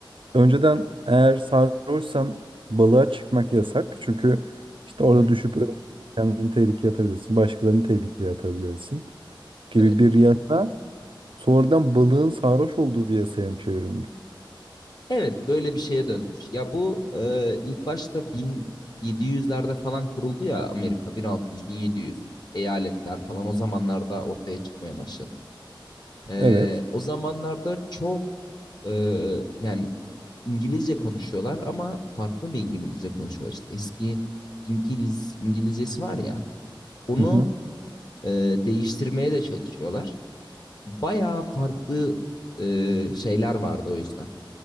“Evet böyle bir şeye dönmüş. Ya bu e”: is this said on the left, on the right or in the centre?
Left